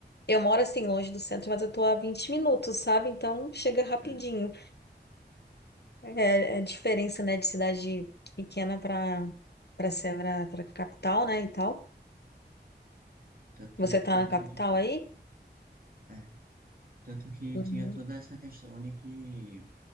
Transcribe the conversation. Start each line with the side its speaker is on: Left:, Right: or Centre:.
Left: Eu moro assim, longe do centro, mas eu tô a vinte minutos, sabe? Então chega rapidinho.
Right: É,
Left: É, é a diferença, né, de cidade pequena para para Sevra, para capital, né, e tal.
Right: tanto,
Left: Você tá
Right: tanto
Left: na capital
Right: que, tipo,
Left: aí?
Right: é, tanto que
Left: Uhum.
Right: tinha toda essa questão de que